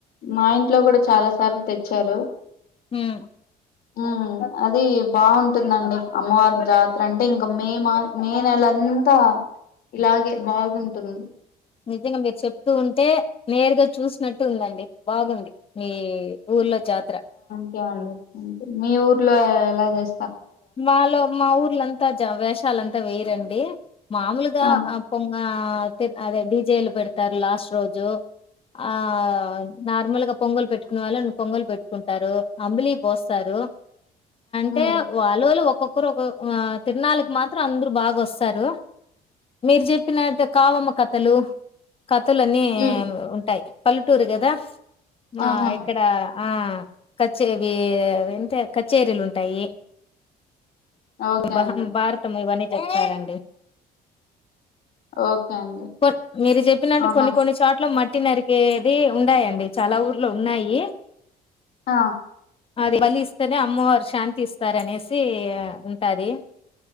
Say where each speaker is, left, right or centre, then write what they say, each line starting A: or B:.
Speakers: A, on the left; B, on the left.
A: మా ఇంట్లో కూడా చాలా సార్లు తెచ్చారు.
B: ఉం
A: ఉమ్ అది బాగుంటుందండి అమ్మవారి జాతర అంటే ఇంకా మే మా మే నెల అంతా ఇలాగే బాగుంటుంది.
B: నిజంగా మీరు చెప్తూ ఉంటే నేరుగా చూసినట్టు ఉందండి బాగుంది. మీ ఎ ఊర్లో జాతర
A: ండ మీ ఊర్లో ఎలా చేస్తా
B: మాలో మా ఊర్లంతా వేషాలంతా వేయరండి మామూలుగా
A: ఆ
B: పొంగ త అదే డీజేలు పెడతారు. లాస్ట్ రోజు ఆ నార్మల్ గా పొంగలు పెట్టుకునే వాళ్ళ పొంగలు పెట్టుకుంటారు అంబలి పోస్తారు. అంటే
A: ఉమ్
B: వాళ్ళోల్లు ఒక్కొక్కరు ఒకొ తిరనాలకి మాత్రం అందరు బాగా వస్తారు. మీరు చెప్పినట్టు కావమ్మ కథలు కథలన్నీ
A: ఉమ్
B: ఉంటాయి పల్లెటూరు కదా మా
A: ఆహా
B: ఇక్కడ ఆ కచేరి వింతే కచేరీలుంటాయి.
A: ఓకే
B: భహామ్
A: అండి
B: భారతం ఇవన్నీ చెప్తరండి
A: ఓకే అండి
B: పో మీరు చెప్పినట్టు
A: ఆహా
B: కొన్ని కొన్ని చోట్ల మట్ ట్టినరికిది ఉన్నాయండి చాలా ఊర్లో ఉన్నాయి
A: అ
B: అది బలి ఇస్తానే అమ్మవారు శాంతి ఇస్త్ సరు అనేసి ఉంటాది